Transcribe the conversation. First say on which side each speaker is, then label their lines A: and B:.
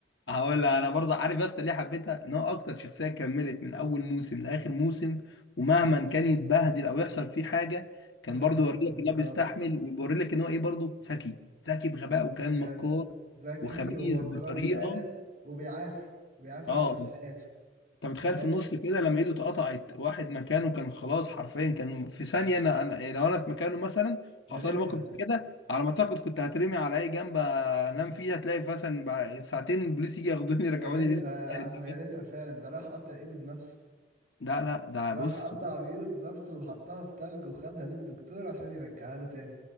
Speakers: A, on the left; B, on the right.
A: هقول لك انا برضه عارف بس ليه حبيتها ان هو اكتر شخصيه كملت من اول موسم لاخر موسم ومهما كان يتبهدل او يحصل فيه حاجه كان
B: <laughs>
A: برضه يوري
B: بالظبط
A: لك ان هو بيستحمل ويوري لك ان هو ايه برضه ذكي ذكي بغباء وكان
B: بجد
A: مكار
B: ذكي
A: وخبيث
B: ومكار
A: بطريقه
B: فعلا وبيعافر بيعافر
A: اه
B: عشان حياته
A: انت متخيل
B: فاهم
A: في النص كده لما ايده اتقطعت واحد مكانه كان خلاص حرفيا كان في ثانيه انا, أنا لو انا في مكانه مثلا حصل
B: يا ريتها
A: لي موقف زي كده على ما اعتقد كنت هترمي على اي جنب انام فيه هتلاقي مثلا بعد ساعتين البوليس يجي ياخدوني يرجعوني
B: يا ريتها
A: لسه
B: يا
A: يعني
B: عم
A: كده.
B: يا ريتها
A: <laughs>
B: فعلا ده راح قطع ايده بنفسه
A: لا لا ده
B: راح
A: بص
B: قطع بايده بنفسه وحطها في تلج وخدها للدكتور عشان يرجعها له تاني